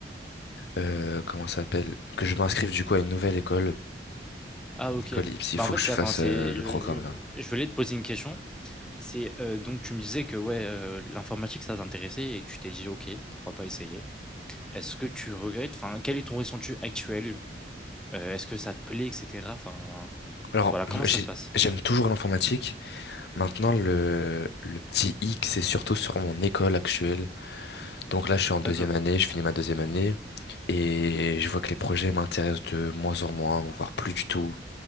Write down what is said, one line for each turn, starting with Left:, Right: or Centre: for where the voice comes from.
Left: euh, comment ça s'appelle, que je m'inscrive du coup à une nouvelle école,
Centre: Ah
Left: l'école
Centre: OK.
Left: Ipsy.
Centre: Bah,
Left: Faut
Centre: en fait,
Left: que je
Centre: c'est
Left: fasse
Centre: attends, c'est
Left: euh, le
Centre: je
Left: programme
Centre: je
Left: là.
Centre: je voulais te poser une question. C'est, heu, donc tu me disais que, ouais, heu, l'informatique, ça t'intéressait et que tu t'es dit: «OK, pourquoi pas essayer?» est-ce que tu regrettes? Enfin, quel est ton ressenti actuel? Heu, est-ce que ça te plaît et cetera? Enfin,
Left: Alors,
Centre: voilà, comment
Left: j'ai-
Centre: ça se passe?
Left: j'aime toujours l'informatique. Maintenant,
Centre: Mmh.
Left: le, le petit hic, c'est surtout sur mon école actuelle. Donc là, je suis en deuxième
Centre: D'accord.
Left: année, je finis ma deuxième année. Et je vois que les projets m'intéressent de moins en moins, voire plus du tout.